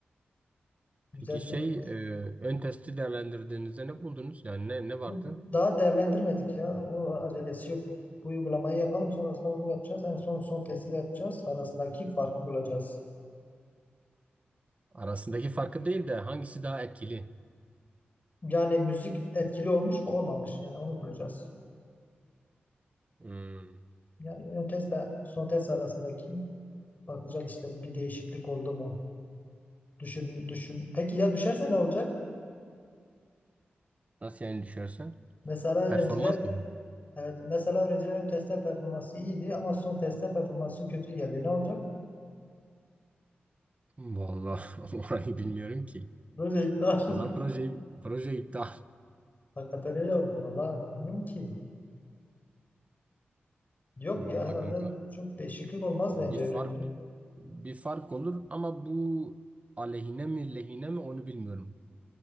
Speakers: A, on the left (about 40°); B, on the right (about 35°).
A: güzel
B: Peki şey
A: olmuş.
B: e, ön testi değerlendirdiğinizde ne buldunuz? Yani ne, ne vardı?
A: Bu Daha değerlendirmedik ya. O acelesi yok. Bu uygulamayı yapalım sonrasında onu yapacağız. En son son testi de yapacağız. Arasındaki farkı bulacağız.
B: Arasındaki farkı değil de hangisi daha etkili?
A: Yani müzik etkili olmuş mu olmamış yani onu bulacağız.
B: Hmm,
A: Yani ön testle son test arasındaki bakacağız işte bir değişiklik oldu mu? Düşün, düşün. Peki ya düşerse ne olacak?
B: Nasıl yani düşerse?
A: Mesela öğrenciler
B: Performans mı?
A: evet mesela öğrenciler ön testte performansı iyiydi ama son testte performansı kötü geldi. Ne olacak?
B: Vallahi <laughs> orayı bilmiyorum ki.
A: Böyle iptal. <laughs>
B: O zaman proje, proje iptal.
A: Hakikaten öyle olur vallahi bilmiyorum ki. Yok
B: Vallahi
A: ya herhalde
B: kanka
A: çok değişiklik olmaz
B: bir
A: bence
B: fark
A: öğrenciler.
B: bir fark olur ama bu aleyhine mi lehine mi onu bilmiyorum.